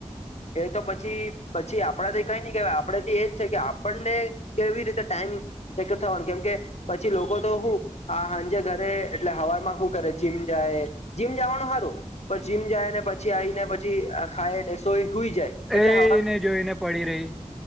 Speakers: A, on the left; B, in the centre.
A: એ તો પછી પછી આપ આપથી કઈ ન કેવા આપડે થી એજ છે કે આપણને કેવી રીતે ટાઈમ સેકર થવાનું કેમ કે પછી લોકો તો હું હા હાંજે ઘર એટલે હવારમાં હુ કરે જીમ જાય જીમ જવાનું હારું પણ જીમ જાય ને પછી આવીને પછી પછી ખાયને સોય હુઇ જાય એટલે
B: એને
A: હવા
B: જોઈને પડી રહી